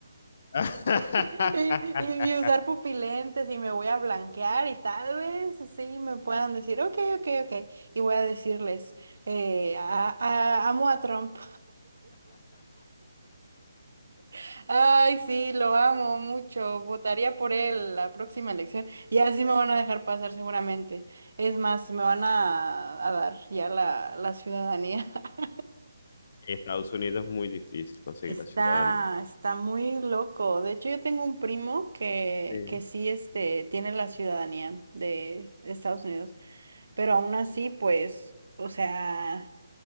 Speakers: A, on the left; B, on the right.
A: <laughs>
B: <laughs> Y, y- y usar pupilentes y me voy a blanquear y tal vez así me puedan decir, ok, ok, ok. Y voy a decirles, eh, a- a- amo a Trump. <laughs> Ay, sí, lo amo mucho. Votaría por él la próxima elección. Y así me van a dejar pasar seguramente. Es más, me van a, a dar ya la, la ciudadanía. <laughs>
A: Estados Unidos es muy difícil conseguir
B: Está,
A: la ciudadanía.
B: está muy loco. De hecho, yo tengo un primo que,
A: Sí,
B: que sí, este, tiene la ciudadanía de Estados Unidos. Pero aún así, pues, o sea,